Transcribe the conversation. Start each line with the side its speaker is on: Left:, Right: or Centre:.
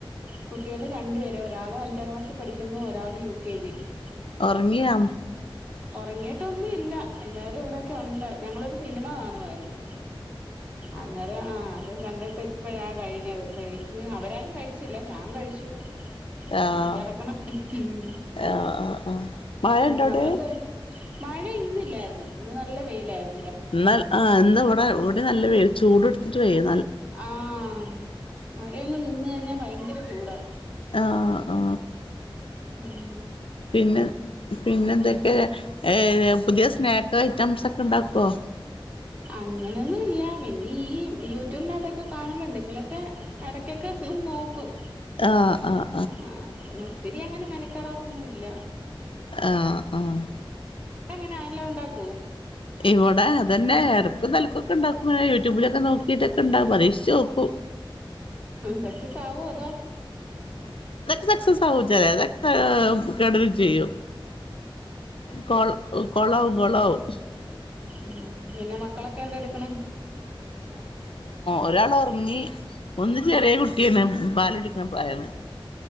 Right: കുട്ടികള് രണ്ടു പേര്. ഒരാള് അഞ്ചാം ക്ലാസ്സി പഠിക്കുന്നു, ഒരാള് യു കെ ജി. ലും
Left: ഒർങ്യോ
Right: ഒറങ്ങിട്ടൊന്നും ഇല്ല എല്ലാരും ഇവിടെ ഒക്കെണ്ട് ഞങ്ങളൊരു സിനിമ കാണുമായിരുന്നു. അങ്ങനെ ആ അത് കണ്ടിട്ട് ഇപ്പഴ-. കഴിഞ്ഞത് കഴിഞ്ഞ് അവരാരും കഴിച്ചില്ല ഞാ കഴിച്ചു.
Left: ആഹ്
Right: ഇനി കിടക്കണം ഉം
Left: ആഹ് ആ ആ മഴ
Right: പിന്നെ
Left: ണ്ടൊ വ്ടെ?
Right: അവിടെന്ത് മഴ ഇന്നില്ലാരുന്നു ഇന്ന് നല്ല വെയിലാര്.
Left: ഇന്ന് ആ ഇന്ന് ഇവിടെ അവിടെ നല്ല വേയിൽ ചൂട് ട്ത്തിട്ട് വേയ്യ
Right: ആഹ് മഴയൊന്ന് നിന്ന് കഴിഞ്ഞാൽ ഭയങ്കര ചൂടാ
Left: ആ ആ
Right: ഉം
Left: പിന്നെ പിന്നെ എന്തൊക്കെ? ഏ പുതിയ സ്നാക്ക് ഐറ്റംസ് ഒക്കെ ഉണ്ടാക്കുവോ
Right: അങ്ങനൊന്നുല്ല പിന്നെ ഈ യു യുട്ടൂബ്ന്നതൊക്കെ കാണുമ്പോ ന്തെങ്കിലൊക്കെ ഇടക്കൊക്കെ തും നോക്കും.
Left: ആഹ് ആഹ്
Right: ആഹ് പൊണ് ഒത്തിരി അങ്ങനെ മെനക്കടാറൊന്നുല്ല
Left: ആഹാ ആഹാ.. !
Right: അഎല്ല ഉണ്ടാക്കോ
Left: ഇവടെ അതന്നെ എടക്കും തലക്കൊക്കെ ഉണ്ടാക്കുവായ് യൂട്യൂബിലൊക്കെ നോക്കിട്ടൊക്കെ ണ്ടാ പരീക്ഷിച്ച് നോക്കു
Right: സക്സസാവോ അതോ
Left: സെക്സസാവും ചെലത് കെടരും ചെയ്യും കൊൾ കൊളാവും കൊളാവും
Right: ഉം പിന്നെ മക്കളൊക്കെ എന്താ എടുക്കണെ
Left: ഒരാളൊർങ്ങി ഒന്ന് ചെറിയ കു ട്ട്യാണ് <unintelligible>